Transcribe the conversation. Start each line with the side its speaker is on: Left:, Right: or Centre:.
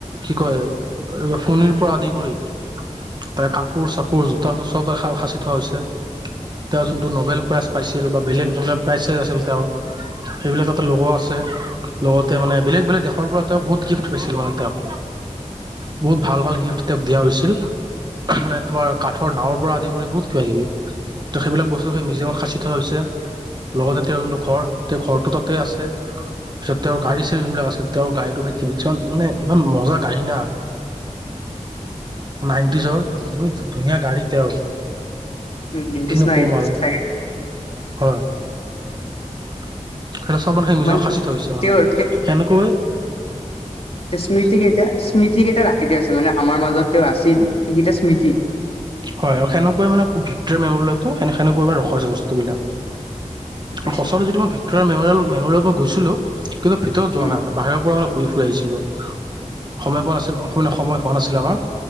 Right: কি কয় ফনিৰ পৰা আদি কৰি। তাৰ কাপোৰ-চাপোৰ জোতা চব সাঁচি থোৱা হৈছে। তেওঁ যোনটো ন'বেল প্ৰাইজ পাইছিল বা বেলেগ যোনবিলাক প্ৰাইজ চাইজ আছিল তেওঁ সেইবিলাক তাতে লগোৱা আছে। লগতে মানে বেলেগ, বেলেগ দেশৰ পৰা তেওঁক বহুত গিফ্ট পাইছিল মানে তেওঁক বহুত ভাল, ভাল গিফ্ট তেওঁক দিয়া হৈছিল। মানে তোমাৰ কাঠৰ নাৱৰ পৰা আদি কৰি বহুত কিবা কিবি। ত সেইবিলাক বস্তু সেই মিউজিয়ামত সাঁচি থোৱা হৈছে। লগতে তেওঁৰ যোনটো ঘৰ তেওঁৰ ঘৰটো তাতে আছে। পিছত তেওঁৰ গাড়ী চাৰি জোনবিলাক আছিল তেওঁৰ গড়ীটো ভাই কিমান মানে ইমান মজা গাড়ী না। নাইনটিজৰ। ধুনীয়া গাড়ী তেওঁৰ,
Left: ব্ৰিটিছ
Right: কিনো
Left: নাই
Right: কম আৰু।
Left: চাগে
Right: হয়। <unintelligible> চব মান সেই মিউজিয়ামট
Left: মানে
Right: সাঁচি থোৱা হৈছে মানে
Left: তেওঁৰ
Right: সেনেকৈ।
Left: স্মৃতিকেইটা, স্মৃতিকেইটা ৰাখি দিয়া হৈছে মানে। আমাৰ মাজত তেওঁ আছিল সেইকেইটা স্মৃতি।
Right: হয় সেনেকৈ মানে ভিক্টোৰিয়া মেমৰিয়েলটো সেনেকৈ ৰখা হৈছে বস্তুবিলাক।। <unintelligible>
Left: কৈছো
Right: যিটো মই ভিক্টৰিয়েল মেমেৰিয়েল মেমৰিয়েল মই গৈছিলো। কিন্তু ভিতৰত যোৱা
Left: উম
Right: নাই মানে বাহিৰৰ পৰা মান ঘূৰি ফুৰি আহিছো।। সময় পোৱা নাছিল অ সময় হোৱা নাছিল আমাৰ।